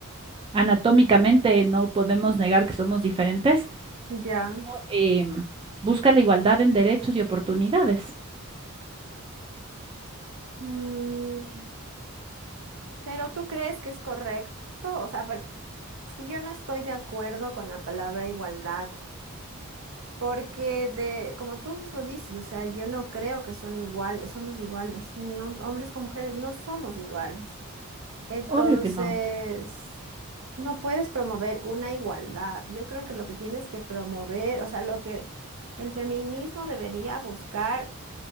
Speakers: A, on the right (about 20°); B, on the right (about 65°).
A: anatómicamente no podemos negar que somos diferentes.
B: Ujú, Ya.
A: Em, busca la igualdad en derechos y oportunidades.
B: Mm, pero tú crees que es correcto? O sea, bueno, es que yo no estoy de acuerdo con la palabra igualdad. Porque de, como tú mismo dices, o sea, yo no creo que son iguales, somos iguales, ni hom- hombres con mujeres no somos iguales. Entonces,
A: Obvio que no.
B: no puedes promover una igualdad. Yo creo que lo que tienes que promover, o sea, lo que el feminismo debería buscar